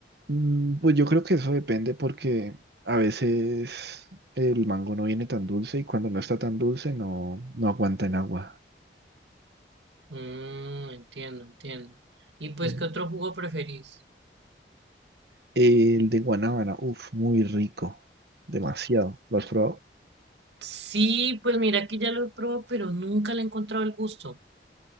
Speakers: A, on the right; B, on the right.
A: Mm, pues yo creo que eso depende porque a veces el mango no viene tan dulce y cuando no está tan dulce no, no aguanta en agua.
B: Mm, entiendo, entiendo. ¿Y pues
A: Mm.
B: qué otro jugo preferís?
A: El de guanábana, uff, muy rico, demasiado. ¿Lo has probado?
B: Sí, pues mira que ya lo he probado, pero nunca le he encontrado el gusto.